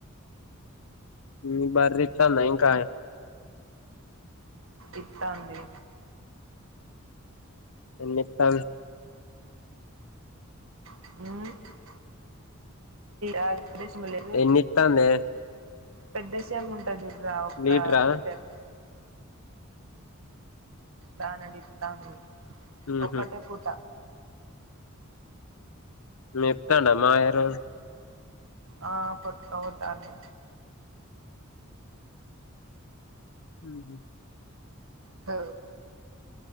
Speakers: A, on the left (about 80°); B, on the right (about 75°).
A: మీ బర్రి ఇంత్తందా ఇంకా
B: ఇత్తాంది
A: ఎన్ని ఇత్తంది
B: అ ఆ ప్రదేశం లేదు
A: ఎన్ని ఇత్తందే
B: పెద్దశంబుఉంటదిచూడు ఒక్క
A: లీటరా
B: లీటర్ రెండు ఇస్తా ఉంది,
A: ఉహు
B: ఒక్కటే పూట
A: మేపుతండా మామయ్య రోజు
B: ఆ బట్టకపోతన్నారు
A: హలో
B: హ